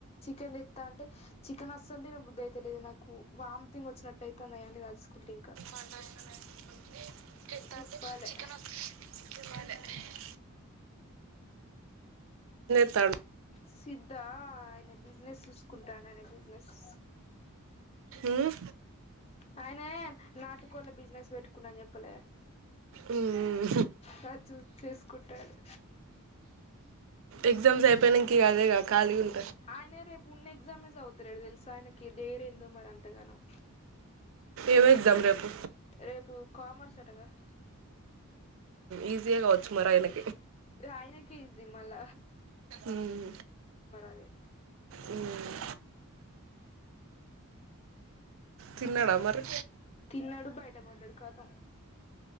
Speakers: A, on the left; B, on the right.
A: చికెన్ తెత్తా అంటే, చికెన్ అస్సలు దినబుద్ధ అ. అయితలేదు నాకు, వామ్థింతింగ్ వొచ్చినట్టుయితనంది, ఆయన్నీ దలుసుకుంటే ఇంక.
B: <inaudible>
A: చెప్పాలే
B: లేతాడు.
A: సిద్ధా, ఆయన బిజినెస్ సుసుకుంటాండు, ఆయన బిజినెస్.
B: ఉమ్?
A: ఆయనే, నాటుకోళ్ళ బిజినెస్ పెట్టుకున్నా చెప్పలే.
B: ఉమ్.
A: రాజు జూసి చేసుకుంటాడు.
B: ఎగ్జామ్స్ అయిపోయినా ఇంక, అదే గద ఖాలీగున్.
A: ఆయినే రేపు పుణ్యస్. ఎగ్జాజమే జావుటలేదు, దెల్సా ఆయనకి డేర్ ఏందో, మరి అంతాగానం.
B: ఎం ఎగ్జామ్ రేపు.
A: రేపు కామర్స్ అటగాద.
B: ఈజీయేగావచ్చు మారిఆయనకీ.
A: ఆయనకే ఈజీ మళ్ల.
B: ఉమ్,
A: అది
B: ఉమ్. తిన్నాడా మరీ.
A: తిన్నాడు, బయట వడ్డడు కతం.